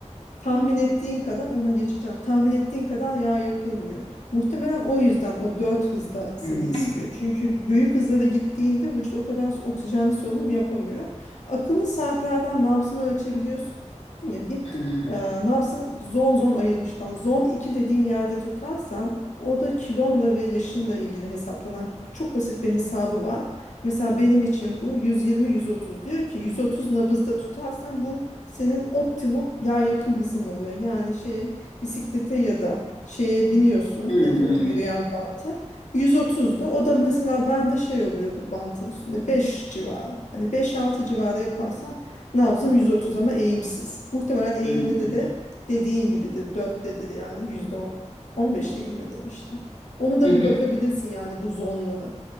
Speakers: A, on the left; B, on the left.
A: Tahmin ettiğin kadar ona geçeceğim. Tahmin ettiğin kadar yağ yakılmıyor. Muhtemelen o yüzden o 4 hızda seni
B: Hmm,
A: istiyor. Çünkü büyük hızlara gittiğinde vücut o kadar s- oksijenli solunum yapamıyor. Akıllı saatlerden nabzını ölçebiliyorsun ya bir
B: hmm,
A: e, nabzını zon zon ayırmışlar. Zon 2 dediğin yerde tutarsan o da kilonla ve yaşınla ilgili hesaplanan çok basit bir hesabı var. Mesela benim için bu 120-130 diyor ki 130 nabızda tutarsan bu senin optimum yağ yakım hızın oluyor. Yani şeye bisiklete ya da şeye biniyorsun
B: hmm,
A: nedir o yürüyen banta 130'da o da mesela bende şey oluyordu bantın üstünde 5 civarı. Hani beş altı civarı yaparsam nabzım 130 ama eğimsiz. Muhtemelen eğimli
B: hmm,
A: de de dediğin gibidir 4'tedir yani %15 eğim mi demiştin. Onu da
B: hı hı.
A: bir bakabilirsin yani bu zonlara.